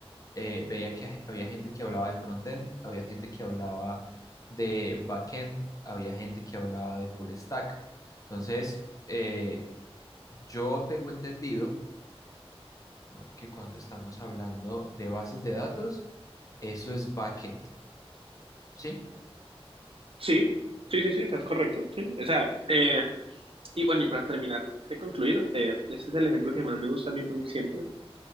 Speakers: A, on the left; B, on the right.
A: eh, veía que ha- había gente que hablaba de frontend, había gente que hablaba de backend, había gente que hablaba de full stack. Entonces, eh, yo tengo entendido, ¿no? que cuando estamos hablando de bases de datos, eso es backend, ¿sí?
B: Sí, sí, sí, sí, estás correcto. sí. O sea, eh, Y bueno, y para terminar de concluir, eh, este es el ejemplo que más me gusta a mí poner siempre,